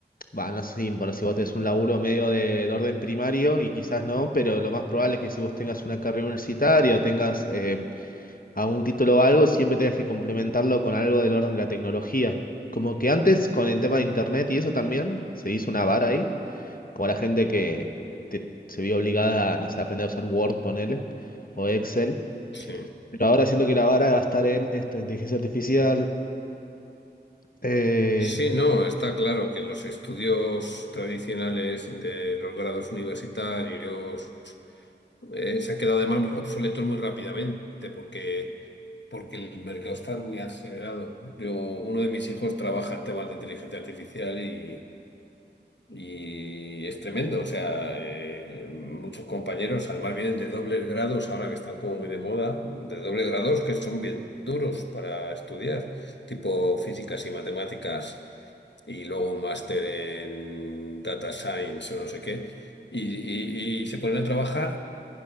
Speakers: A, on the left; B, on the left.
A: Va, no sé si importa si vos tenés un laburo medio de, de orden primario y quizás no, pero lo más probable es que si vos tengas una carrera universitaria o tengas eh, a un título o algo, siempre tengas que complementarlo con algo del orden de la tecnología. Como que antes con el tema de internet y eso también, se hizo una vara ahí, como la gente que te- se vio obligada a, no sé, aprender a usar Word, ponele, o Excel.
B: Sí.
A: Pero ahora siento que la vara va a estar en esto, inteligencia artificial. eh,
B: Sí, no, está claro que los estudios tradicionales de los grados universitarios eh, se han quedado además obsoletos muy rápidamente porque, porque el mercado está muy acelerado. Yo, uno de mis hijos trabaja en temas de inteligencia artificial y... Y es tremendo, o sea, eh, muchos compañeros además vienen de dobles grados, ahora que están como muy de moda, de dobles grados que son bien duros para estudiar, tipo físicas y matemáticas, y luego un máster en data science o no sé qué, y, y- y se ponen a trabajar